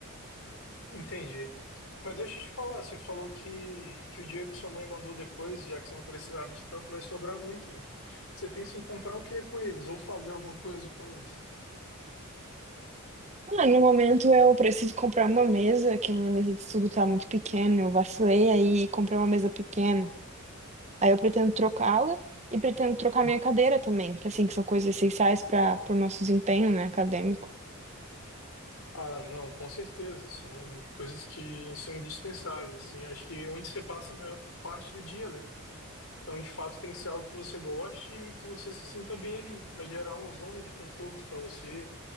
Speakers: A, on the left (about 70°); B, on the right (about 30°).
A: Entendi. Mas deixa eu te falar, você falou que, que o dinheiro que sua mãe mandou depois, já que você não precisava de tanto, vai sobrar muito, né? Você pensa em comprar o que com eles? Ou fazer alguma coisa com eles?
B: Ah, no momento eu preciso comprar uma mesa, que a minha mesa de estudo tá muito pequena. Eu vacilei aí e comprei uma mesa pequena. Aí eu pretendo trocá-la e pretendo trocar
A: Hum.
B: minha cadeira também, que assim, que são coisas essenciais para o nosso desempenho, né, acadêmico.
A: Ah, não, com certeza. São coisas que são indispensáveis, assim. Acho que é onde você passa a maior parte do dia, né? Então, de fato, tem que ser algo que você goste e que você se sinta bem ali, para gerar uma zona de conforto para você.